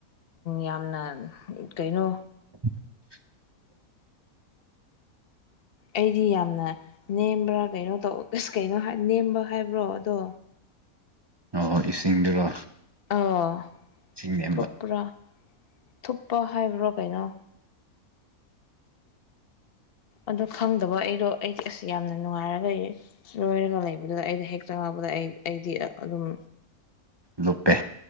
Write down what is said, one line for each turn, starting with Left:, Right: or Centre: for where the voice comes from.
Left: ꯌꯥꯝꯅ ꯀꯩꯅꯣ
Right: <inaudible>
Left: ꯑꯩꯗꯤ ꯌꯥꯝꯅ ꯅꯦꯝꯕ꯭ꯔꯥ ꯀꯩꯅꯣ ꯇꯧꯁ ꯀꯩꯅꯣ ꯅꯦꯝꯕ ꯍꯥꯏꯕ꯭ꯔꯣ ꯑꯗꯣ
Right: ꯑꯣꯏ ꯏꯁꯤꯡꯗꯨꯔꯣ
Left: ꯑꯥ
Right: ꯏꯁꯤꯡ ꯅꯦꯝꯕ
Left: ꯊꯨꯞꯄ꯭ꯔꯥ ꯊꯨꯞꯄ ꯍꯥꯏꯕ꯭ꯔꯥ ꯀꯩꯅꯣ ꯑꯗꯣ ꯈꯪꯗꯕ ꯑꯩꯗꯣ ꯑꯩꯗꯤ ꯑꯁ ꯌꯥꯝꯅ ꯅꯨꯡꯉꯥꯏꯔꯒ ꯂꯣꯏꯔꯒ ꯂꯩꯕꯗꯨꯗ ꯑꯩꯗ ꯍꯦꯛꯇ ꯑꯩ ꯑꯩꯗꯤ ꯑꯗꯨꯝ
Right: ꯂꯨꯞꯄꯦ